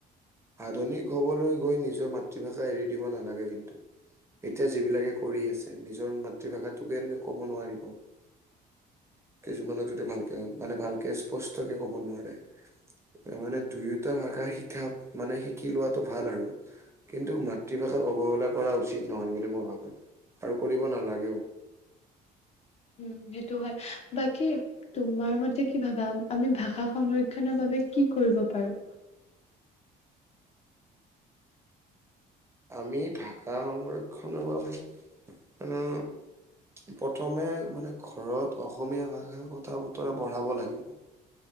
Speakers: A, on the right; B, on the left.
A: আধুনিক হবলৈ গৈ নিজৰ মাতৃভাষা এৰি দিব নালাগে কিন্তু এতিয়া যিবিলাকে কৰি আছে নিজৰ মাতৃভাষাটোকে কব নোৱাৰিব কিছুমানক যদি ভালকে মানে ভালকে স্পষ্টকে ক'ব নোৱাৰে মানে দুয়োটা ভাষা শিকা মানে শিকি লোৱাটো ভাল আৰু কিন্তু মাতৃভাষাক অৱহেলা কৰা উচিত নহয় বুলি মই ভাবো আৰু কৰিব নালাগেও
B: উম সেইটো হয় বাকী তোমাৰ মতে কি ভাবা আমি ভাষা সংৰক্ষনৰ বাবে কি কৰিব পাৰোঁ।
A: আমি ভাষা সংৰক্ষণৰ বাবে ও প্ৰথমে মানে ঘৰত অসমীয়া ভাষা কথা বতৰা বঢ়াব লাগিব।